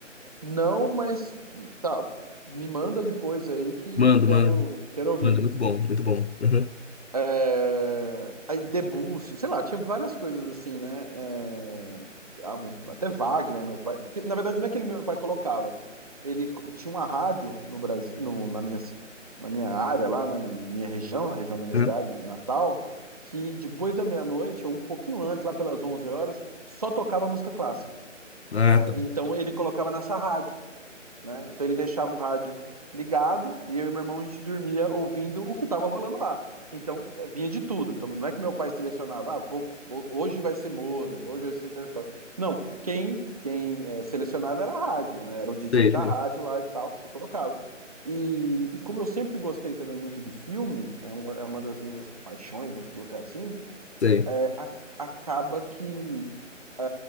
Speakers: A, on the right; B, on the left.
A: Não, mas tá, me manda depois aí que
B: Mando,
A: eu quero,
B: mando,
A: quero ouvir.
B: mando. Muito bom, muito bom. Uhum.
A: é, Debussy, sei lá, tinha várias coisas assim, né? É, a- até Wagner, meu pai. Porque, na verdade, não é que ele, meu pai colocava. Ele co- tinha uma rádio no Brasil, no- na minha, ci- na minha área lá, né, na na minha região, na região da minha
B: uhum.
A: cidade, Natal, que depois da meia-noite, ou um pouquinho antes, lá pelas 11 horas, só tocava música clássica.
B: Ah,
A: É,
B: tá.
A: Então ele colocava nessa rádio né? Então ele deixava o rádio ligado e eu e meu irmão a gente dormia ouvindo o que estava rolando lá. Então eh, vinha de tudo. Então não é que meu pai selecionava, ah, vou- vou- hoje vai ser Mozart, hoje vai ser Charlie Brown. Não, quem quem eh, selecionava era a rádio, né? Era o DJ
B: Sei,
A: da
B: sei,
A: rádio lá e tal e colocava. E, e como eu sempre gostei também muito de filme, é uma, é uma das minhas paixões, vamos colocar assim,
B: sei.
A: é, a- acaba que é,